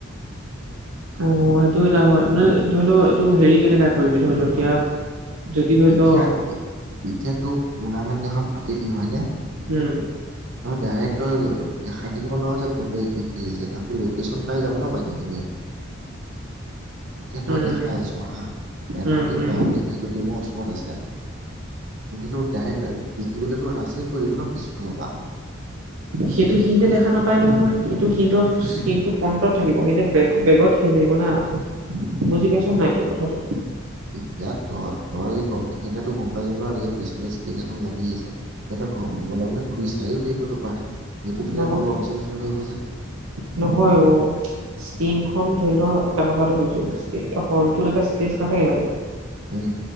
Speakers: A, on the right (about 85°); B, on the right (about 65°).
A: অ', সেইটো এটা হয়, মানে ধৰি লওঁ এইটো হেৰি কেনেকা কৰিবি ধৰি লওঁ এতিয়া', যদি ধৰি
B: এতিয়া
A: লও
B: - এতিয়া তোক টুৰ্ণামেণ্ট এখন পাতিলি হয় নে?
A: উম',
B: তই ডাইৰেক্ট তই দেখাই থাকিব নোৱাৰ যে কোনটোৱে কি খেলিছে কাৰণ', তোৰ লোকেশ্যন পাই যাব ন বাকীখিনিয়ে', এতিয়া তই
A: উম,
B: দেখাই আছ হা, এটা
A: উম,
B: টিম
A: উম,
B: তাতে, সেইটো টিমৰ ওচৰত আছে', কিন্তু তোৰ ডাইৰেক্ট দেখিবলৈ তোৰ ৰাছে কৰিব ন পিছফালৰ পৰা',
A: সেইটো সিহঁতে দেখা নাপায় নহয় সেইটো সিহঁতৰ স্কিনটো ফ্ৰণ্টটত থাকিব সেইবিলাক বেক - বেগত', খেলি থাকিব না, বুজি পাইছ নাই তই কথাটো',
B: এতিয়া তই, তই গম, সিহঁতেতো গম পাই যাব ন ইয়াৰ পিছফালে চি', সেই দিনাখন লাগি আছে সিহঁতে ঘ মনে মনে ঘূৰি চাইয়ে থাকিব ন। ত পাৰে সেইটো তেতিয়া
A: নহয়
B: তোক অবজেভেশ্যন কৰিব যে।
A: নহয় অ। ইস্পিন খন ধৰি ল এটা কথাটো কৈছো ষ্টেজ হলটো এটাষ্টেজ নাথাকে জানো?
B: উম।